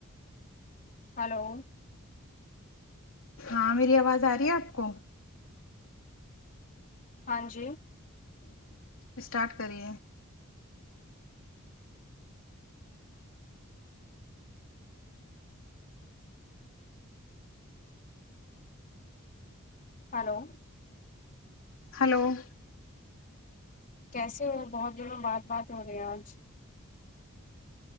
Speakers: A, on the left; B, on the left.
A: hello <unintelligible>
B: ہاں میری آواز آ رہی ہے آپ کو
A: ہاں جی <unintelligible>
B: اسٹارٹ کرے
A: ہلو
B: ہلو <unintelligible>
A: کیسے ہو بہت دن میں بات بات ہو رہی ہے آج